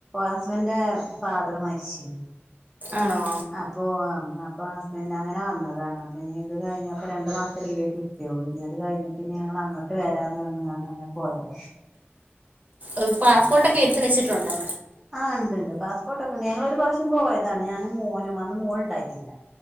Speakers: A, in the centre; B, on the right.
A: ഹസ്ബൻന്റെ ഫാദർ മരിച്ചേ
B: ആണോ
A: അപ്പോൊ അപ്പൊ ഹസ്ബൻഡ് അങ്ങനെ വന്നതാണ് അപ്പൊ ഇനി ഇത് കഴിഞ്ഞപ്പോ ര ര മാസം ലീവ് കിട്ടിയുള്ളൂ ഇനി അത് കഴിഞ്ഞിട്ട് ഞങ്ങ അങ്ങോട്ട് വരാന്ന് പറഞ്ഞാണ്ട്ങ്ങനെ പോയത
B: ഒരു പാസ്പോർട്ട് ഒക്കെ എടുത്ത് വെച്ചിട്ടുണ്ടോ
A: ആ് ഉണ്ട് പാസ്പോർട്ട ഒക്കെ ഉണ്ട് ഞങ്ങൊ ഒരു പ്രാവശം പോയതാണ് ഞാന് മോനും അന്ന് മോള ഉണ്ടായിട്ടില്ല